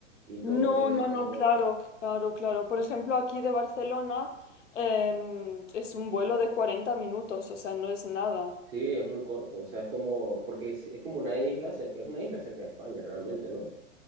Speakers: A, on the right; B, on the left.
A: y todo
B: No,
A: eso,
B: no, no,
A: ¿no?
B: claro, claro, claro. Por ejemplo, aquí de Barcelona em, es un vuelo de 40 minutos, o sea, no es nada.
A: Sí, es muy corto, o sea, es como, porque es, es como una isla cerca, es una isla cerca de España realmente, ¿no?